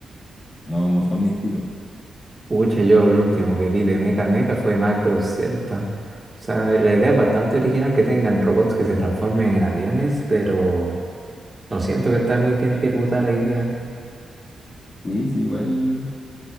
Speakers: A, on the left (about 30°); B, on the right (about 20°).
A: no, no son mi estilo.
B: Pucha, yo lo último que vi de Mecha Mecha fue Macros Delta. O sea, la idea es bastante original que tengan robots que se transformen en aviones, pero no siento que está muy bien ejecutada la idea.
A: Sí, sí, igual